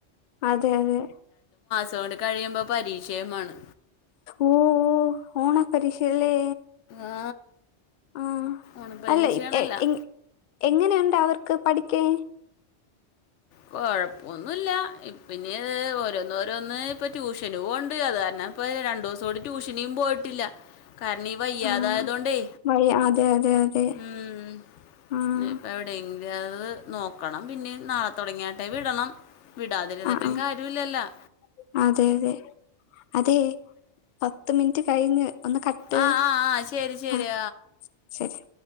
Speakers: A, on the left (about 60°); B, on the left (about 80°).
A: അതെ അതെ
B: തോണ്ട് <unintelligible> കഴിയുമ്പോ പരീക്ഷയുമാണ്
A: ഓ ഓ ഓണപരീക്ഷയെല്ലേ
B: ആ
A: ആ
B: ഓണപ്പരീക്ഷയാണല്ല
A: അല്ലെ എങ്ങഎങ്ങനെയുണ്ടാവും <unintelligible> ക്ക പഠിക്കേ
B: കൊഴപ്പൊന്നുല്ല ഇപിന്നെ ഓരോന്ന് ഓരോന്ന് ഇപ്പൊ ട്യൂഷന് പോണ്ട് അത് കാരണം പ്പ രണ്ടുസംകുടി ടുഷനിം പോയിട്ടില്ല കാരണംഈ വയ്യാതായതോണ്ടേ
A: ആഹ് വഴി അതെ അതെ അതെ
B: ഉം
A: ആഹ്
B: ഇപ്പ എവിടെങ്ക <unintelligible> നോക്കണം പിന്നേം നാളെ തൊടങ്ങിയട്ടെ വിടണം വിടാതിരുന്നിട്ടും
A: ആഹ്
B: കാര്യവല്ലല്ല
A: ആഹ് അതെ അതെ അതെ പത്ത് മിനിറ്റ് കഴിഞ്ഞ് ഒന്ന് കട്ട്
B: ആ ആ ആ ശരി ശരി
A: ആ ശരി